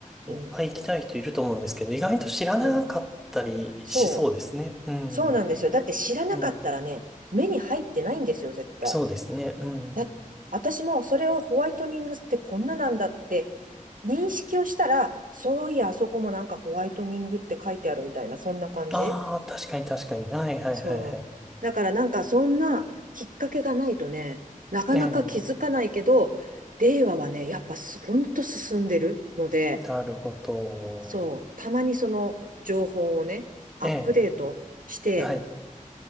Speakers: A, in the centre; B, on the right.
A: いっぱい行きたい人いると思うんですけど、
B: うん、
A: 意外と知らなかったりしそうですね。
B: うん。そう、
A: うん、
B: そうなんですよ。だって知らなかったらね、
A: うん、
B: 目に入ってないんですよ、絶対。
A: そうですね。うん。
B: だ、私もそれをホワイトニングってこんななんだって認識をしたら、そういや、あそこもなんかホワイトニングって書いてあるみたいな、そんな感じ
A: ああ、確かに確かに。はいはいはいはい。
B: そう。だからなんかそんなきっかけがないとね、なかなか気づかないけど、
A: ええ、
B: 令和はね、やっぱすほんと進んでるので、
A: なるほど。
B: そう、たまにその情報をね、アップデートして、
A: ええ、はい。